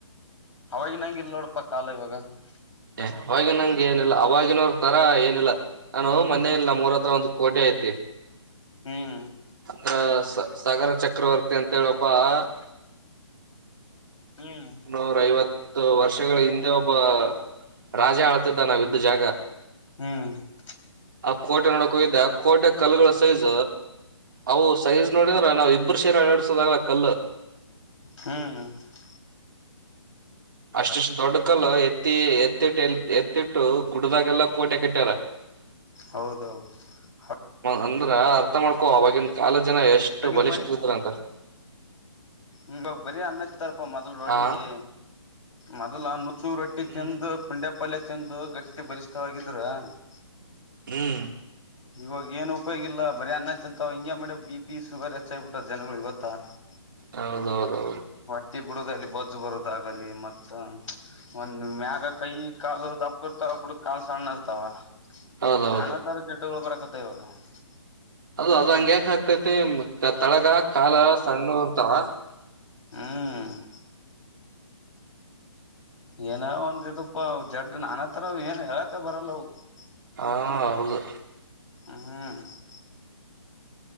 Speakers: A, on the left (about 80°); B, on the right (about 40°).
A: ಅವಾಗಿ ನಂಗ ಇಲ್ ನೋಡ್? <unintelligible> ಪ್ಪ ಕಾಲ ಇವಾಗ? <unintelligible>
B: ಏ ಅವಾಗಿನ ನಂಗ ಏನಿಲ್ಲ ಅವವಾಗಿನವ್ರ ತರ ಏನಿಲ್ಲ ನಾನು ಮೊನೇ ಇಲ್ಲ ಮೂರತ್ರ ಒಂದು ಕೋಟಿ ಆಯತ <unintelligible> ತ್ತಿ <unintelligible>
A: ಹ್ಮ್
B: ಅಂದರ ಸ ಸಾಗರ ಚಕ್ರವರ್ತಿ ಅಂತ ಹೇಳಿ ಒಬ್ಬ <unintelligible>
A: ಇಲ್ಲ ನೀಲ್ಲ <unintelligible>
B: ನೂರ ಐವತ್ತು ವರ್ಷಗಳ ಹಿಂದೆ ಒಬ್ಬ ರಾಜಾ ಆಳ್ತಿದ್ದ ನಾವಿದ್ದ ಜಾಗ? <unintelligible>
A: ಹೂ <unintelligible>
B: ಆ ಕೋಟೆ ನೋಡಕ್ ಹೋಗಿದ್ದೆ ಆ ಕೋಟೆ ಕಲ್ಲುಗಳ ಸೈಜ್ ಅವು ಸೈಜ್ ನೋಡಿದ <unintelligible> ನಾವು ಇಬ್ಬರು ಸೇರ ಅಲ್ಲಡ್ಸೋದಾಗ ಕಲ್ಲು. <unintelligible>
A: ಹು ಹೂ <unintelligible>
B: ಅಷ್ಟಷ್ಟು ದೊಡ್ಡ ಕಲ್ಲ ಎತ್ತಿ ಎತ್ತಿಟ್ಟ ಎ ಎತ್ತಿಟ್ಟು ಗುಡ್ದಾಗೆಲ್ಲ ಕೋಟೆ ಕೆಟ್ಟ್ಯಾರ? <unintelligible>
A: ಹೌದ ಹೌದದು? <unintelligible>
B: ಅಂದ್ರ ಅರ್ಥ ಮಾಡ್ಕೋ ಅವವಾಗಿನ ಕಾಲ ಜನ ಎಷ್ಟು
A: ಇವಾಗಿನ
B: ಬಲಿಷ್ಠ ಇದ್ರ ಅಂತ. <unintelligible>
A: ಹುಂಬ ಬರಿ ಅಣ್ಣಾ <unintelligible> ಇಂತಾರಪ್ಪ ಮೊದಲು ರೊಟ್ಟಿ
B: ಹಾ
A: ಮೊದಲ್ ನುಚೂ ರೊಟ್ಟಿ
B: ಹ್ಮ್
A: ತಿಂದು ಪುಂಡ್ಯಪಲ್ಯ ತ <unintelligible> ಚಂದು ಗಟ್ಟಿ ಬಲಿಷ್ಠವಾಗಿದ್ರ <unintelligible>
B: ಹೂ <unintelligible>
A: ಇವಾಗ ಏನು ಉಪಯೋಗಿಲ್ಲ ಬರಿ ಅನ್ನ ತಿಂತಾವ ಹಿಂಗೆ ಮಾಡಿ ಬಿ ಪಿ ಶುಗರ್ ಹೆಚ್ಚಾಗ ಬಿಟ್ಟೆತ ಜನಗಳಿಗ ಗೊತ್ತಾ? <unintelligible>
B: ಹೌದ ಹೌದ ಹೌದು <unintelligible>
A: ಹೊಟ್ಟಿ ಬಿಡೋದಲಿ ಬಜ್ಜು ಬರೋದಾಗಲಿ ಮತ್ತ? <unintelligible> ಒಂದ ಮ್ಯಾಗ ಕೈ ಕಾಲು ದಪ್ಪ ಇರ್ತಾವ ಬುಡಕ್ ಕಾಲು ಸಣ್ಣ ಇರ್ತಾವ? <unintelligible>
B: ಹೌದೌದು
A: ನಾನ ತರ ಜಡ್ಡಗಳು ಬರಕತ್ತ ಇವಾಗ? <unintelligible>
B: ಅದು ಅದ ಹಂಗ್ಯಾಕ ಆಗ್ತೈತಿ ತಳಗ ಕಾಲ ಸಣ್ಣ ಇರ್ತಾವ? <unintelligible>
A: ಹೂ <unintelligible> ಏನ ಒಂದ ಇದಪ್ಪ ಜಡ್ ನಾನ್ ತರಹ ಏನ್ ಹೇಳಕ ಬರಲ್ಲ ಅವ, <unintelligible>
B: ಹಾ ಹೌದು? <unintelligible>
A: ಹೂ <unintelligible>